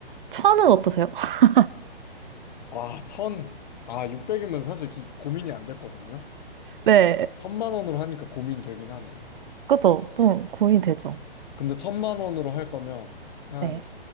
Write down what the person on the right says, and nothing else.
1000은 어떠세요? <laughs>
네,
그쵸. 좀 고민되죠.
네.